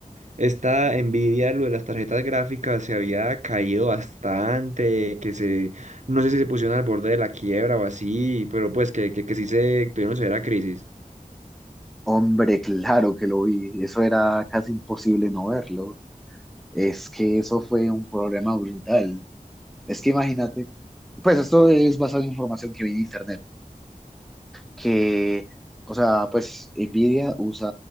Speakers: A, on the right; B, in the centre.
A: esta Nvidia, lo de las tarjetas gráficas, se había caído bastante, que se, no sé si se pusieron al borde de la quiebra o así, pero pues que, que, que sí se tuvieron severa crisis.
B: Hombre, claro que lo vi. Eso era casi imposible no verlo. Es que eso fue un problema brutal. Es que imagínate, pues esto es basado en información que vi en internet. que, o sea, pues Nvidia usa